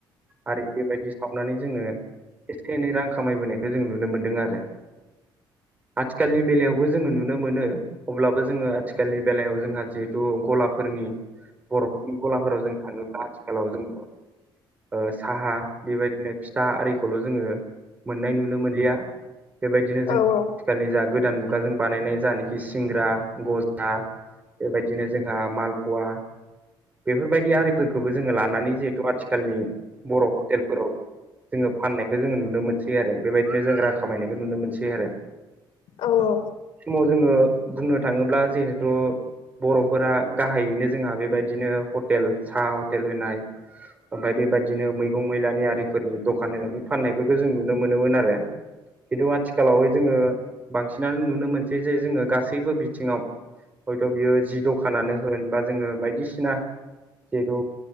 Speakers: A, on the right; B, on the left.
A: आरि बेबायदि सावनानै जोङो एसे एनै रां खामायबोनायखो जों नुनो मोन्दों आरो। आथिखालनि बेलायावबो जोङो नुनो मोनो अब्लाबो जोङो आथिखालनि बेलायाव जोंहा जिहेथु गलाफोरनि बर'फोरनि गलाफोराव जों थाङोब्ला आथिखालाव जोंखौ ओ साहा बेबायदिनो फिथा आरिखौल' जोङो मोननाय नुनो मोनलिया। बेबायदिनो
B: औ
A: जों थिखालनि जा गोदान मुगाजों बानायनाय जानिखि सिंग्रा गजा बेबायदिनो जोंहा मालपवा बेफोरबायदि आरिफोरखौबो जोङो लानानै जिहेथु आथिखालनि बर' हटेलफोराव जोङो फाननायखो जोङो नुनो मोनसै आरो बेबायदिनो जों रां खामायनायखो नुनो मोनसै आरो।
B: औ औ।
A: सोमाव जोङो बुंनो थाङोब्ला जिहेथु बर'फोरा गाहायैनो जोंहा बेबाद दिनो हटेल साहा हटेल होनाय ओमफ्राय बेबायदिनो मैगं मैलानि आरिफोरनि दखान होनानै फाननायफोरखौ जों नुनो मोनोमोन आरो। खिदु आथिखालावहाय जोङो बांसिनानो नुनो मोनसै जे जोङो गासैबो बिथिङाव हयथ' बियो जि दखानानो होन बा जोङो बायदिसिना जिहेतु